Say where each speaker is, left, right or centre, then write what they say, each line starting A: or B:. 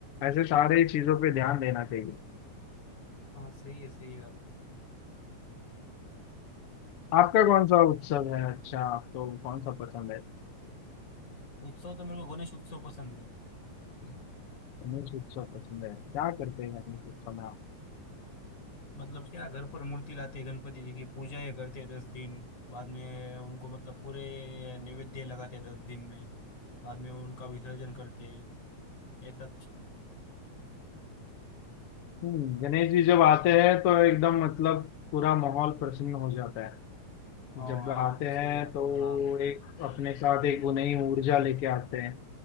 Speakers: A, on the left; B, on the left.
A: ऐसे सारे चीजों पे ध्यान देना चाहिए
B: हाँ सही है सही है आपको
A: आपका कौन सा उत्सव है अच्छा आपको कौन सा पसंद है
B: उत्सव तो मेरे को गणेश उत्सव पसंद है
A: गणेश उत्सव पसंद है क्या करते हैं गणेश उत्सव में आप
B: मतलब क्या घर पर मूर्ति लाते हैं गणपति जी की पूजा ये करते हैं दस दिन बाद में उनको मतलब पूरे नैवेद्य लगाते हैं दस दिन में बाद में उनका विसर्जन करते हैं ऐसा अच्छा
A: हम्म, गणेश जी जब आते हैं तो एकदम मतलब पूरा माहौल प्रसन्न हो जाता है
B: हाँ
A: जब
B: हाँ
A: आते
B: वो तो सही
A: हैं
B: है आपका
A: तो
B: हाँ
A: एक अपने साथ एक वो नई ऊर्जा लेके आते हैं